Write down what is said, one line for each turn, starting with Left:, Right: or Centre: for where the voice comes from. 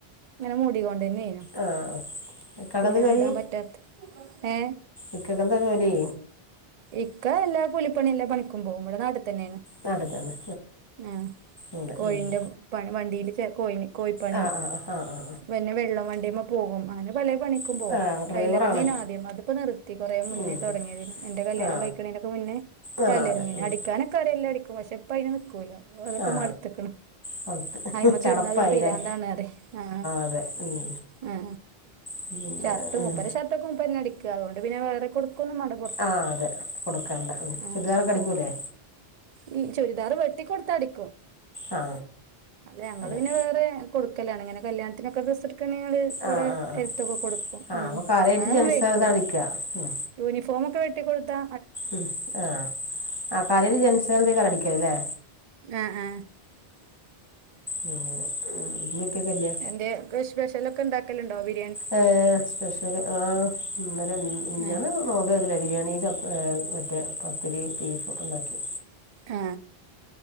Right: ഇങ്ങനെ മൂടികൊണ്ട് തന്നെനു
Left: ആ ഇക്കാക്ക്
Right: തുണികള്
Left: എന്താ ജോലി
Right: ഇടാൻ പറ്റത്ത ഏ
Left: ഇക്കാക്ക് എന്താ ജോലി
Right: ഇക്ക എല്ലാ കൂലിപ്പണിലെ പണിക്കും പോവും ഇവടെ നാട്ടി തന്നെയാണ്
Left: നാട്ടിൽ തന്നെ
Right: ആ
Left: ആ അതെ
Right: കോഴിന്റെ
Left: ഉം.
Right: വണ്ടിയില് കോഴി കോഴിപ്പണി
Left: ആ ആ ആ ആ ആ
Right: പിന്നെ വെള്ളം വണ്ടിമേ പോവും അങ്ങനെ പല പണിക്കും
Left: ആ
Right: പോവും
Left: ആ ഡ്രൈവറാണ്
Right: ടൈലറിങ്ങിന ആദ്യം അതിപ്പോ നിർത്തി കുറെ മുന്നേ
Left: ഉം.
Right: തുടങ്ങിയതിനും എന്റെ കല്യാണം
Left: ആ
Right: കഴിക്കണേന്ക്ക് മുന്നേ
Left: ആ
Right: ടൈലറിങ്
Left: അതെ ഉം.
Right: അടിക്കാനൊക്കെ അറിയാം എല്ലാം അടിക്കും പക്ഷെ ഇപ്പയിന് നിക്കൂല അതൊക്കെ
Left: ആ
Right: മടുത്തേക്കണ്
Left: കൊടുത്ത്
Right: ഹയിമക്ക്
Left: ചടപ്പായില്ലേ
Right: ഇരുന്നതരു പിരാന്താണ് അതെ ആ
Left: അതെ ഉം.
Right: ആ
Left: പിന്നെ
Right: ഷർട്ട്
Left: ഉം.
Right: മുപ്പരെ ഷർട്ടോക്കെ മൂപ്പന്നേ അടിക്ക അതൊണ്ട് പിന്നെ വെറേ കൊടുക്കൊന്നും മണ്ട
Left: ആ അതെ കൊടുക്കണ്ട
Right: ആഹ്
Left: ചുരിദാറൊക്കെ
Right: ആഹ്
Left: അടിക്കൂല്ലേ
Right: ഈ ചുരിദാറ് വെട്ടി കൊടുത്ത അടിക്കും
Left: ആ
Right: അല്ലെ അങ്ങള്
Left: അങ്ങനെ
Right: പിന്നെ വേറെ കൊടുക്കലാണ് അങ്ങനെ കല്യാണത്തിനൊക്കെ ഡ്രസ്സ് എട് ക്കണികള് ഇവിടെ
Left: ആ ആ ആ
Right: എടുത്തൊക്കെ കൊടുക്കും
Left: ആഹ്
Right: മ്
Left: അപ്പൊ കാര്യായിട്ട്
Right: അങ്ങനൊന്നും
Left: ജെൻസാൾതാണ്
Right: വേടിക്കൂല
Left: അടിക്ക ഉം
Right: തൂനിഫോം ഒക്കെ വെട്ടി കൊടുത്താ
Left: ഉം ആ ആ <unintelligible> അടിക്കാല്ലേ
Right: ആ ആ
Left: അങ്ങനെ ഇമ്മീം ഉം ഇപ്പിയൊക്കെല്ലേ
Right: എന്തെ സ്പെഷല് ഒക്കെ ഉണ്ടാക്കലുണ്ടോ വീ
Left: ഏ സ്പെഷ്യല് ആ ഇന്നലെ മിനിഞാന്ന്
Right: ആഹ്
Left: നോമ്പര്ന്നില്ലേ ബിരിയാണി ചപ്പ മറ്റേ പത്തിരി ബീഫ് ഒക്കെണ്ടാക്കി
Right: ആ